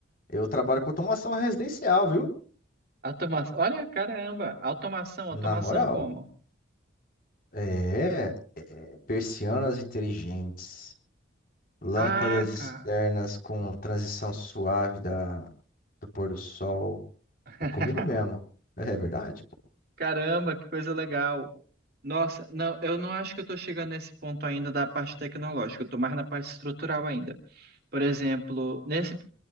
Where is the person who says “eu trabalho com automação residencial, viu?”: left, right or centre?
Left